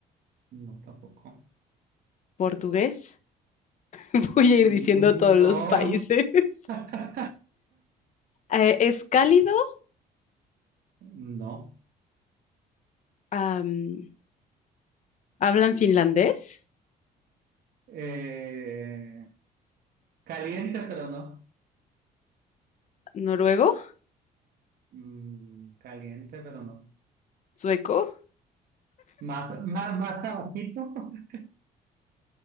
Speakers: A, on the right (about 65°); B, on the left (about 45°).
A: No, tampoco.
B: portugués? <laughs> Voy
A: No,
B: a ir diciendo todos los países. <laughs>
A: <laughs>
B: Eh, ¿es cálido?
A: no.
B: am, hablan finlandés,
A: Eh, caliente, pero no.
B: noruego,
A: Mm, caliente, pero no.
B: sueco,
A: Más, más, más abajito. <laughs>